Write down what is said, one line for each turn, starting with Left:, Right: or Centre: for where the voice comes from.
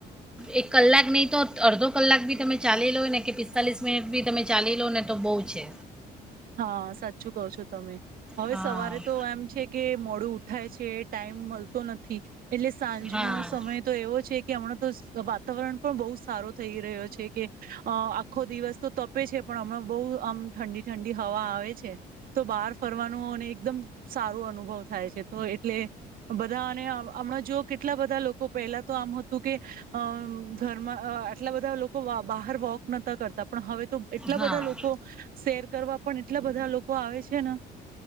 Centre: એક કલાક નહીં તો અડધો કલાક બી તમે ચાલી લો ને કે પિસ્તાલીસ મિનિટ બી તમે ચાલી લો ને તો બહુ છે.
Right: હા સાચું કહો છો તમે. હવે
Centre: હા
Right: સવારે તો એમ છે કે મોડું ઉઠાય છે ટાઈમ મળતો નથી એટલે સાંજનો
Centre: હા
Right: સમય તો એવો છે કે હમણાં તો વાતાવરણ પણ બહુ સારો થઈ રહ્યો છે કે આખો દિવસ તો તપે છે પણ હમણાં બહુ આમ ઠંડી ઠંડી હવા આવે છે તો બહાર ફરવાનું અને એકદમ સારો અનુભવ થાય છે તો એટલે બધા અને હમણાં જો કેટલા બધા લોકો પહેલા તો આમ હતું કે. અ ઘરમાં આટલા બધા લોકો બહાર વોક નતા કરતા પણ હવે તો એટલા
Centre: હા
Right: બધા લોકો શેર કરવા પણ એટલા બધા લોકો આવે છે ને